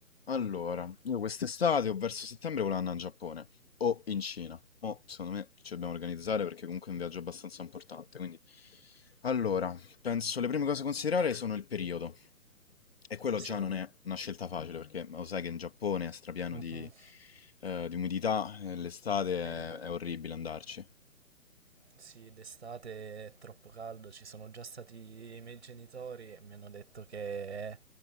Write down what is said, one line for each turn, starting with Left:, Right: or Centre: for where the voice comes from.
Left: Allora, io quest'estate o verso settembre volevo andare in Giappone o in Cina. Mo, secondo me ci dobbiamo organizzare perché comunque è un viaggio abbastanza importante. Quindi, allora, penso le prime cose da considerare sono il periodo. E quello
Right: Sì.
Left: già non è una scelta facile perché lo sai che in Giappone è strapieno
Right: Mhm.
Left: di, eh, di umidità, e l'estate
Right: Eh,
Left: è, è orribile andarci.
Right: sì, d'estate è troppo caldo, ci sono già stati i miei genitori e mi hanno detto che è